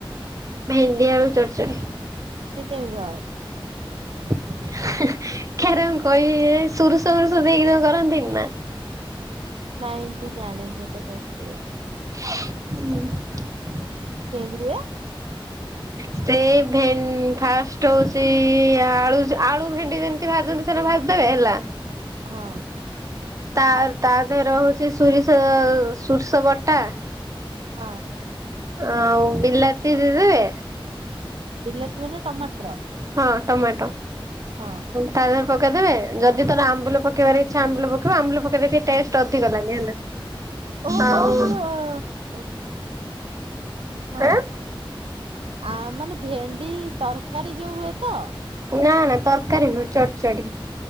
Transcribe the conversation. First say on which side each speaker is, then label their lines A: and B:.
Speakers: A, on the right; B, on the right.
A: ଭେଣ୍ଡି ଆଳୁ ଚରଚଡ଼ି।
B: ସେ କେମିତି ହ
A: <unintelligible> କର ମୁ କହିବେ ସୁରୁଷରୁଷ ଦେଇକି ଯ କରନ୍ତିନି ନା
B: ନାଇଁ ମୁଁ ଜାଣିନି ଏଟା କେମିତି ହୁଏ
A: ହୁଁ।
B: କେନ୍ତି ହୁଏ।
A: ସେ ଭେନ୍ ଫାଷ୍ଟ୍ ହଉଛି ଆଳୁ ଆଳୁ ଭେଣ୍ଡି ଯେମିତି ଭାଜନ୍ତି ସେ ଭାଜି ଦେବେ ହେଲା।
B: ହଁ।
A: ତା ତା ଦେହରେ ହଉଛି ସୁରିଷ ସୋରିଷ ବଟା।
B: ହଁ
A: ଆଉ ବିଲାତି ଦେଇଦବେ।
B: ବିଲାତି ମନେ ଟମାଟର।
A: ହଁ ଟମାଟୋ
B: ହଁ
A: ତା ଦେହରେ ପକେଇଦେବେ। ଯଦି ତାର ଆମ୍ବୁ ପକବାର ଇଚଛା ଆମ୍ବୁ ପକବା ଆମ୍ବୁ ପକେଇଲେ ସେ ଟେଷ୍ଟ ଅଧିକ ଲାଗେ ହେଲା।
B: ଓହୋ ମାନେ
A: ଆଉ
B: ଯୋଉ ଅ ହଁ
A: ଆଁ
B: ଆ ମାନେ ଭେଣ୍ଡି ତରକାରୀ ଯୋଉ ହୁଏ ତ?
A: ନା ନା ତରକାରୀ ନୁହେଁ ଚଡ଼ଚାଡି।